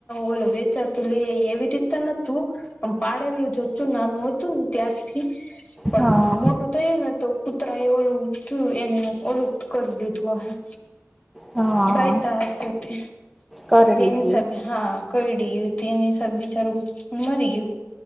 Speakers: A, on the left; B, in the centre.
A: ઓલો વેચાતું લઈ આય એવી રીતે પાડેલું જ હતું નાનું હતું ને ત્યારથી પણ
B: હા
A: મોટું તો એ ને તો કૂતરા એ ઓલું જોયું એને ઓલું કરી દીધું હોયે
B: હા
A: બાઇટ આયપુ હશે
B: કરડી
A: તેની
B: ગયું.
A: હિસાબે હા કરડી ગિયું તેની હિસાબે બચારું મરી ગયું